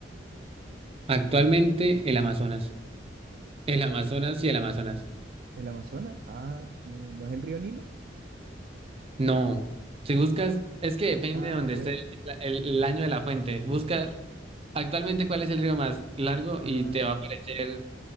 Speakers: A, on the right (about 35°); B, on the right (about 55°).
A: actualmente el Amazonas. El Amazonas y el Amazonas.
B: ¿El Amazonas? Ah, mm, ¿no es el río Nilo?
A: No. Si buscas, es que depende
B: Ah,
A: de donde
B: pues,
A: esté la- el, el año de la fuente. busca actualmente cuál es el río más largo
B: ah,
A: y te
B: ya,
A: va a aparecer